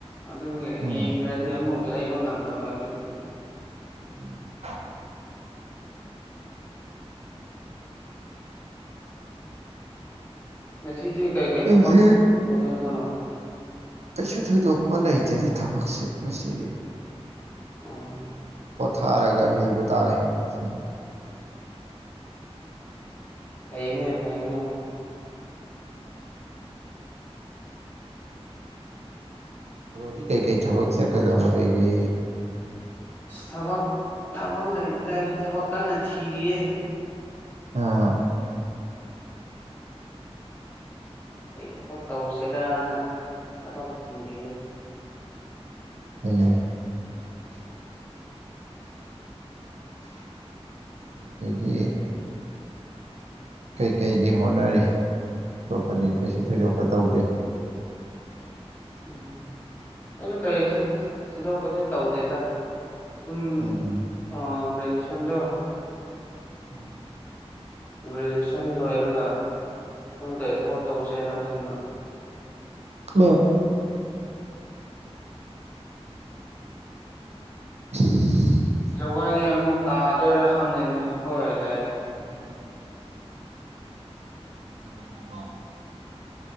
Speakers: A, on the left; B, on the right.
A: ꯑꯗꯨꯒꯤ
B: ꯎꯝ
A: ꯌꯦꯡꯗ꯭ꯔꯗꯤ ꯑꯃꯨꯛ ꯂꯩꯕ ꯉꯝꯗꯕ ꯑꯗꯨꯒꯤ
B: <unintelligible>
A: ꯉꯁꯤꯗꯤ ꯀꯩ ꯀꯩꯩ ꯊꯕꯛ
B: ꯑꯩꯒꯤ
A: ꯇꯧꯗꯣꯏꯅꯣ
B: ꯀꯩꯁꯨ ꯊꯣꯏꯗꯣꯛꯄ ꯂꯩꯇꯦꯗ ꯊꯕꯛꯁꯦ ꯉꯁꯤꯗꯤ
A: ꯎꯪ
B: ꯄꯣꯊꯥꯔꯒ ꯂꯩꯕ ꯇꯥꯔꯦ ꯉꯁꯤꯗꯤ
A: ꯐꯩꯅꯦ ꯐꯩꯅꯦ
B: <inaudible> ꯕꯔꯣꯗꯤ ꯀꯩ ꯀꯩ ꯊꯕꯛ ꯆꯠꯀꯗꯧꯕ ꯂꯩꯒꯦ
A: ꯊꯕꯛ ꯊꯕꯛ ꯂꯩꯇꯦꯗ ꯑꯩꯗꯤ ꯊꯕꯛ ꯀꯟꯅ ꯊꯤꯔꯤꯌꯦ
B: ꯎꯝ
A: ꯀꯩ ꯊꯕꯛ ꯇꯧꯁꯦꯔꯅ ꯊꯕꯛ ꯊꯤꯔꯤꯌꯦ
B: ꯑꯩꯅ ꯑꯗꫭꯏꯗꯤ ꯀꯩꯀꯩꯗꯤ ꯍꯣꯠꯅꯔꯤ ꯑꯇꯣꯞꯄꯗꯤ ꯀꯩꯁꯨ ꯊꯣꯏꯗꯣꯛꯄ ꯇꯧꯗꯦ
A: ꯎꯝ ꯑꯗꯣ ꯀꯩꯁꯨ ꯊꯣ ꯊꯣꯏꯗꯣꯛꯄꯗꯤ ꯇꯧꯗꯦꯗ ꯁꯨꯝ
B: ꯎꯝ ꯎꯝ
A: ꯒ꯭ꯔꯦꯖꯨꯑꯌꯦꯁꯟꯗꯣ
B: <inaudible>
A: ꯒ꯭ꯔꯦꯖꯨꯌꯦꯁꯟ ꯂꯣꯏꯔꯒ ꯁꯨꯝ ꯀꯩ ꯊꯕꯛ ꯇꯧꯁꯦꯅꯣ ꯈꯟꯕ
B: ꯀꯣ ꯁꯤꯁ <unintelligible>
A: ꯖꯧꯒꯂꯤ ꯑꯃꯨꯛ ꯇꯥꯗꯣꯏꯔꯥ ꯈꯪꯗꯦꯅꯦ ꯍꯣꯏ ꯂꯩꯌꯦ
B: <inaudible> ꯀꯩꯇꯉꯝꯕ <unintelligible> ꯣ